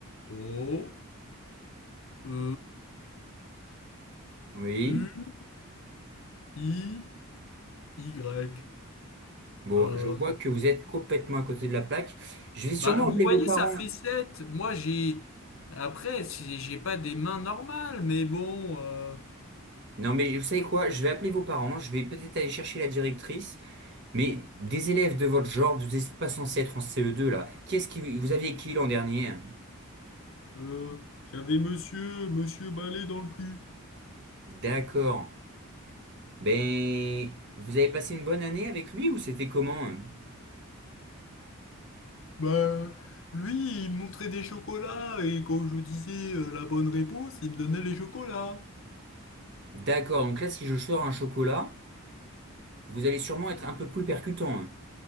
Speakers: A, on the left; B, on the right.
A: O, E,
B: Oui.
A: U, I, Y.
B: Bon,
A: Euh,
B: je vois que vous êtes complètement à côté de la plaque. Je vais sûrement
A: bah, vous
B: appeler
A: voyez,
B: vos parents.
A: ça fait sept Moi, j'ai. Après, j'ai j'ai pas des mains normales, mais bon. euh,
B: Non, mais vous savez quoi? Je vais appeler vos parents, je vais peut-être aller chercher la directrice. Mais des élèves de votre genre, vous n'êtes pas censés être en CE2 là. Qu'est-ce qui vous aviez qui l'an dernier?
A: euh, j'avais monsieur, monsieur Balai dans le cul.
B: D'accord. Ben, vous avez passé une bonne année avec lui ou c'était comment? hein
A: Bah, lui, il me montrait des chocolats et quand je disais euh, la bonne réponse, il me donnait les chocolats.
B: D'accord, donc là, si je sors un chocolat, vous allez sûrement être un peu plus percutant. hein.